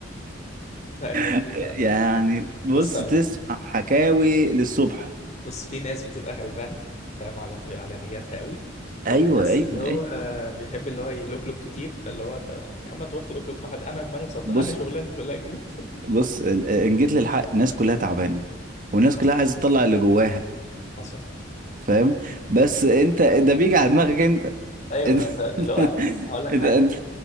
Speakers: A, on the left; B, on the right.
A: لا الناس
B: <laughs>
A: دي هقول لك
B: يعني بص
A: بص هقول
B: تسمع
A: لك
B: حكاوي للصبح
A: بص في ناس بتبقى غلبانه فاهم على طي على نياتها قوي وفي
B: ايوه
A: ناس
B: ايوه
A: اللي هو
B: ايوه
A: بيحب اللي هو يلوكلوك كتير فاللي هو انت يا عم تروح تلوكلوك مع حد انا دماغي مصدق
B: بص
A: انا شغلانتي كلها كده <laughs>
B: بص ال- ان جيت للحق الناس كلها تعبانه والناس
A: حصل
B: كلها عايزه تطلع اللي جواها
A: حصل
B: فاهم بس انت ده بيجي على دماغك انت
A: ايوه
B: انت,
A: انت
B: <laughs>
A: اللي هو هقول لك حاجه
B: انت, انت.